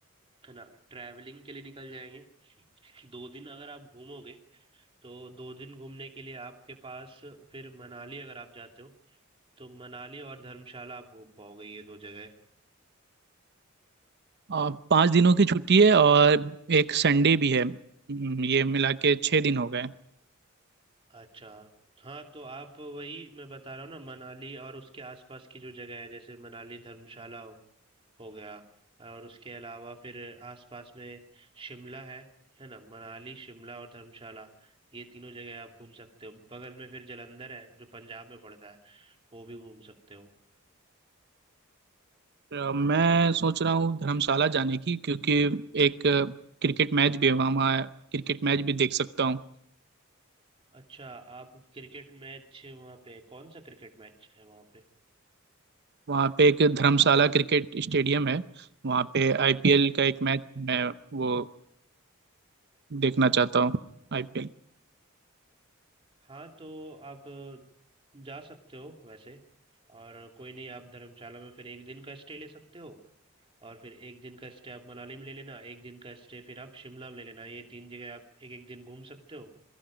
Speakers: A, on the right; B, on the right.
A: है ना ट्रैवलिंग के लिए निकल जाएंगे दो दिन अगर आप घूमोगे तो 2 दिन घूमने के लिए आपके पास फिर मनाली अगर आप जाते हो तो मनाली और धर्मशाला आप घूम पाओगे ये 2 जगह।
B: आ, पाँच दिनों की छुट्टी है और एक संडे भी है हम्म, ये मिला के छः दिन हो गए
A: अच्छा, हाँ तो आप वही मैं बता रहा हूँ ना मनाली और उसके आसपास की जो जगह है जैसे मनाली धर्मशाला हो, हो गया और उसके अलावा फिर आसपास में शिमला है, है ना? मनाली, शिमला और धर्मशाला ये तीनों जगह आप घूम सकते हो। बगल में फिर जालंधर है जो पंजाब में पड़ता है, वो भी घूम सकते हो।
B: आ, मैं सोच रहा हूँ धर्मशाला जाने की क्योंकि एक आ, क्रिकेट मैच भी है वहाँ वहाँ क्रिकेट मैच भी देख सकता हूँ
A: अच्छा आप क्रिकेट मैच वहाँ पे कौन सा क्रिकेट मैच है वहाँ पे
B: वहाँ पे एक धर्मशाला क्रिकेट स्टेडियम है वहाँ पे
A: हाँ
B: आईपीएल का एक मैच मैं वो देखना चाहता हूँ आईपीएल
A: हाँ तो आप जा सकते हो वैसे और कोई नहीं आप धर्मशाला में फिर एक दिन का स्टे ले सकते हो और फिर एक दिन का स्टे आप मनाली में ले लेना एक दिन का स्टे फिर आप शिमला में ले लेना ये तीन जगह आप एक एक दिन घूम सकते हो